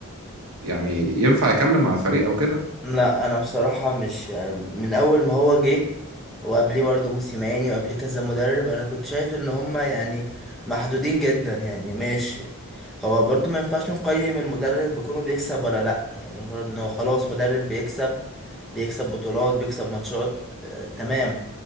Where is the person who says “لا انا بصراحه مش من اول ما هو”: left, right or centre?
Centre